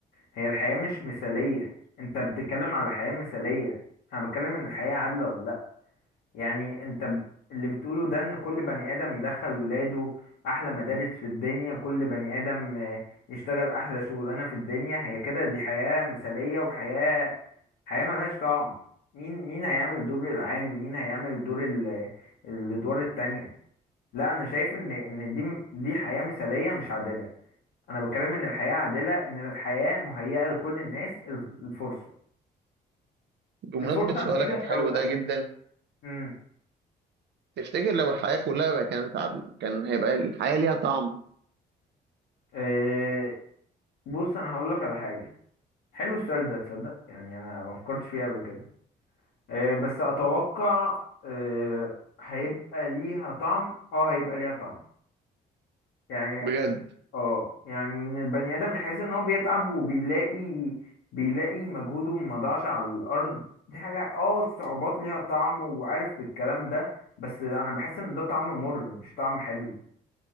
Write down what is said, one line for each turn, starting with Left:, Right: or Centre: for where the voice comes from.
Left: هي الحياة مش مثالية انت بتتكلم على حياة مثالية انا بتكلم ان الحياة عادلة ولا يعني انت ب- اللي بتقوله ده ان كل بني ادم يدخل ولاده احلى مدارس في الدنيا كل بني ادم آه، يشتغل احلى شغلانه في الدنيا هي كده دي حياه مثاليه وحياه حياه ملهاش طعم مين مين هيعمل دور العامل مين هيعمل دور ال- الادوار التانية لا انا شايف ان ان دي دي حياه مثاليه مش عادله انا بتكلم ان الحياه عادله ان الحياه مهيئه لكل الناس الف- الفرصه
Right: بمناسبة
Left: الفرصه
Right: سؤالك
Left: تجيلك
Right: الحلو
Left: او لا
Right: ده جدا
Left: امم
Right: تفتكر لو الحياة كلها بقى كانت عادلة كان هيبقى الحياة ليها طعم
Left: آه، بص انا هقول لك على حاجه حلو السؤال ده تصدق يعني انا ما فكرتش فيه قبل كده آه، بس اتوقع آه، هيبقى ليها طعم اه هيبقى ليها طعم يعني
Right: بجد
Left: اه يعني ان البني ادم يحس ان هو بيتعب وبيلاقي بيلاقي مجهوده ما ضاعش على الارض دي حاجة اه الصعوبات ليها طعم وعارف الكلام ده بس انا بحس ان ده طعم مر مش طعم حلو